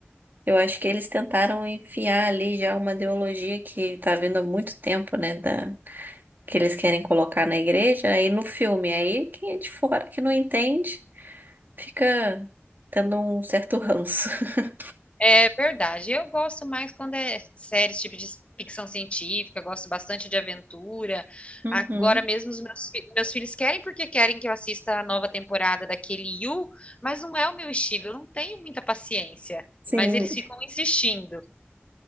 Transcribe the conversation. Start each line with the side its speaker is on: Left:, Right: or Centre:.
Right: eu acho que eles tentaram enfiar ali já uma ideologia que tá vindo há muito tempo, né? Da, que eles querem colocar na igreja, aí no filme. Aí quem é de fora que não entende fica tendo um certo ranço. <laughs>
Left: É verdade. Eu gosto mais quando é séries tipo de ficção científica, gosto bastante de aventura.
Right: Uhum.
Left: Agora mesmo os meus, fi- meus filhos querem porque querem que eu assista a nova temporada daquele You, mas não é o meu estilo, eu não tenho muita paciência.
Right: Sim,
Left: Mas eles ficam insistindo.